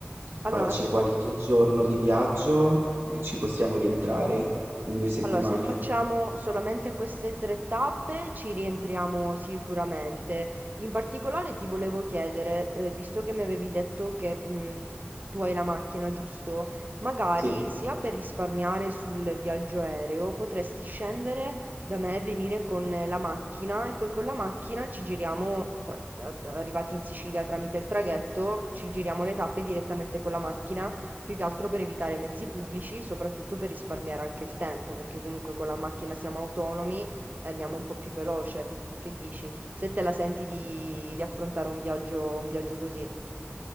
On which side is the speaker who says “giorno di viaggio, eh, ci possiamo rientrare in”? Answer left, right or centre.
Right